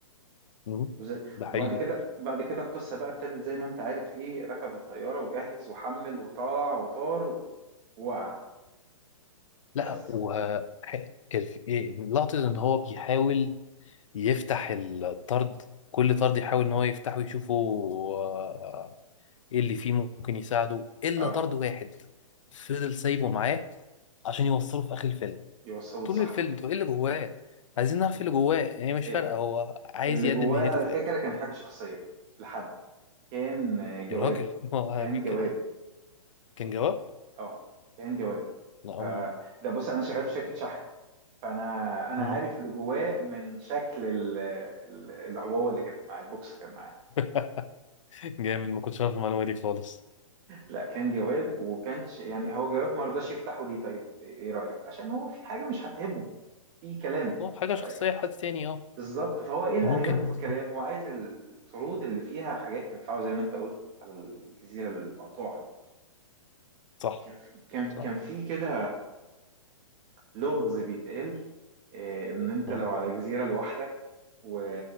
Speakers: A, on the left; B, on the right.
A: مم.
B: وز-
A: ده حقيقي
B: وبعد كده بعد كده القصة بقى ابتدت زي ما انت عارف ايه ركب الطيارة وجهز وحمل وطلع وطار ووقع
A: لا
B: بس
A: و ح- كان في- إيه، لقطة ان هو بيحاول يفتح الطرد كل طرد يحاول ان هو يفتحه يشوفه آه، ايه اللي فيه ممكن يساعده الا
B: اه
A: طرد واحد فضل سايبه معاه عشان يوصله في اخر الفيلم
B: يوصله
A: طول
B: لصاحبه
A: الفيلم طب ايه اللي جواه عايزين نعرف ايه اللي جواه هي مش
B: إيه،
A: فارقه هو عايز
B: اللي
A: يقدم
B: جواه
A: مهنته
B: على
A: في
B: فكرة
A: الاخر
B: كان حاجة شخصية لحد كان آه، جواب
A: يا راجل <laughs> ما هو عارفين
B: كان جواب
A: كده كان جواب
B: اه كان جواب
A: لا هم
B: ف ده بص انا شغال في شركه شحن فانا انا
A: مم.
B: عارف اللي جواه من شكل ال... ال- العبوه اللي كانت مع البوكس كان معاه
A: <laughs> جامد ما كنتش عارف المعلومه دي خالص
B: لا كان جواب وكانش يعني هو جواب ما رضاش يفتحه ليه طيب ايه رايك عشان هو في حاجه مش هتهمه في كلام
A: هو حاجه
B: ف-
A: شخصيه لحد تاني اه
B: بالظبط فهو ايه اللي
A: فممكن
B: هيهمه في الكلام هو عايز الطرود اللي فيها حاجات تنفعه زي ما انت قلت على الجزيره المقطوعه دي
A: صح
B: كان كان
A: صح
B: كان في كده لغز بيتقال آه، ان انت
A: مم.
B: لو على جزيره لوحدك و...